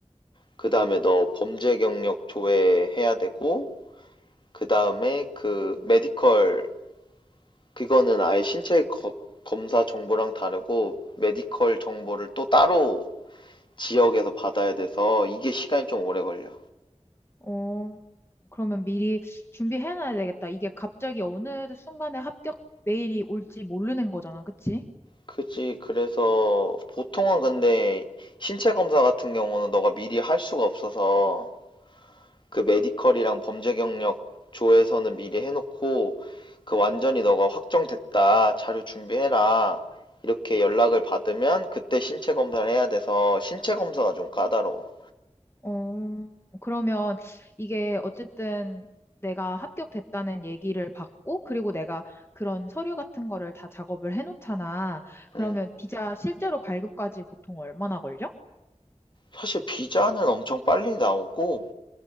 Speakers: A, on the left; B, on the left.
A: 그 다음에 너 범죄 경력 조회 해야 되고 그 다음에 그 메디컬 그거는 아예 신체 거- 검사 정보랑 다르고 메디컬 정보를 또 따로 지역에서 받아야 돼서 이게 시간이 좀 오래 걸려.
B: 어, 그러면 미리 준비해놔야 되겠다. 이게 갑자기 어느 순간에 합격 메일이 올지 모르는 거잖아, 그치?
A: 그치. 그래서 보통은 근데 신체 검사 같은 경우는 너가 미리 할 수가 없어서 그 메디컬이랑 범죄 경력 조에서는 미리 해놓고 그 완전히 너가 확정됐다. 자료 준비해라. 이렇게 연락을 받으면 그때 신체 검사를 해야 돼서 신체 검사가 좀 까다로워.
B: 어, 그러면 이게 어쨌든 내가 합격됐다는 얘기를 받고, 그리고 내가 그런 서류 같은 거를 다 작업을 해놓잖아. 그러면
A: 음.
B: 비자 실제로 발급까지 보통 얼마나 걸려?
A: 사실 비자는 엄청 빨리 나오고